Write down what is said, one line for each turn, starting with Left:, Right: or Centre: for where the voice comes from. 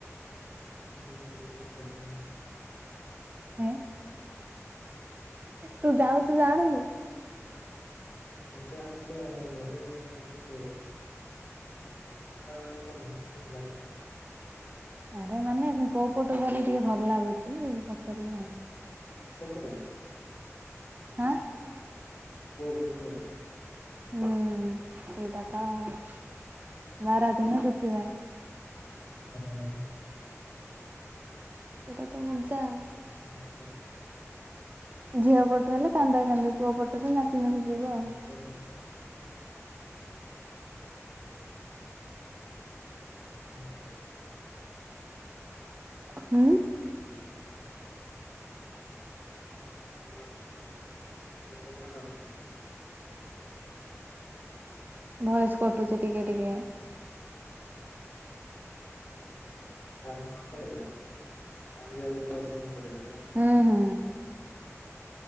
Left: ମୁଁ ତ୍ ସେମିତି କିଛି ଜାଣିନି।
Right: ହେଁ। ତୁ ଯାଉଛୁ ଜାଣିନୁ?
Left: ବେସେ ହମକୋ ମ୍ୟାରେଜ୍ ମେ କୁଛ୍ ଆଚ୍ଛା ତ ନେହିଁ ଲାଗତା।
Right: ଆରେ ମାନେ କୋଉ, ପଟୁ ଗଲେ ଟିକେ ଭଲ ଲାଗୁଛି, ପଚାରିଲି ଆଉ।
Left: ପୋଟଳ
Right: ଆଁ।
Left: ପୁଅ ପଟୁ ଆଉ।
Right: ହୁଁ, ସେଇଟା ତ ଆଉ। ବାରାତ ନା ସେଥିପାଇଁ।
Left: ହୁଁ।
Right: ଏଇଟା ତ ମଜା ଆଉ।
Left: <unintelligible>
Right: ଝିଅ ପଟୁ, ହେଲେ କାନ୍ଦା କାନ୍ଦି, ପୁଅ ପଟ ହେଲେ ନାଚି ନାଚି ଯିବ ଆଉ।
Left: <unintelligible> ହୁଁ।
Right: ହୁଁ।
Left: ସାମନାକୁ, ଥରେ ହଇରାଣ ଆଉ
Right: ଭୟସ୍ କଟୁଛି ଟିକେ ଟିକେ।
Left: କାନ୍ଦୁ ନଥେ କିଆ? କାନ୍ଦିିବାକୁ କୁଆରେ କଣ କରିବା କୁହ?
Right: ହୁଁ ହୁଁ।